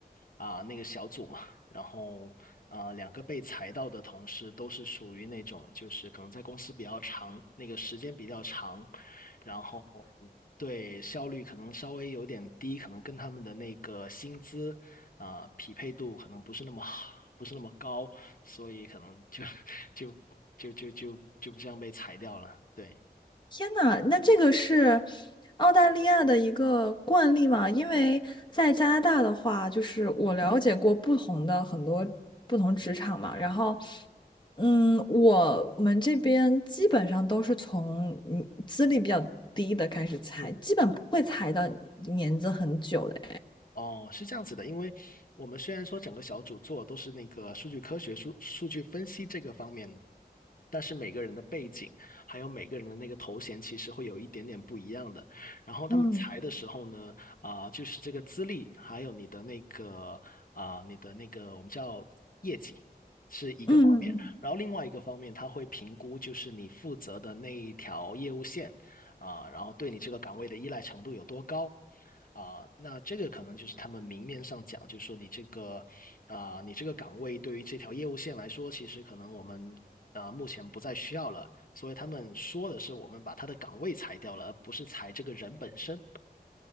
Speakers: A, on the left; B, on the left.
A: 啊、那个小组嘛，然后啊、两个被裁到的同事都是属于那种就是可能在公司比较长，那个时间比较长，然后对效率可能稍微有点低，可能跟他们的那个薪资啊、匹配度可能不是那么好，不是那么高。所以可能就 <laughs> 就就就就就这样被裁掉了。对，
B: 天呐，那这个是澳大利亚的一个惯例嘛？因为在加拿大的话，就是我了解过不同的很多不同职场嘛，然后，嗯，我们这边基本上都是从嗯资历比较低的开始裁，
A: 嗯。
B: 基本不会裁到年资很久的哎。
A: 哦，是这样子的，因为我们虽然说整个小组做都是那个数据科学、数数据分析这个方面，但是每个人的背景还有每个人的那个头衔其实会有一点点不一样的。然后他们裁的时候呢，
B: 嗯
A: 啊、就是这个资历，还有你的那个啊、你的那个我们叫业绩是一个方面，
B: 嗯嗯嗯。
A: 然后另外一个方面他会评估就是你负责的那一条业务线啊、然后对你这个岗位的依赖程度有多高。啊、那这个可能就是他们明面上讲，就是说你这个啊、你这个岗位对于这条业务线来说，其实可能我们啊、目前不再需要了，所以他们说的是我们把他的岗位裁掉了，而不是裁这个人本身。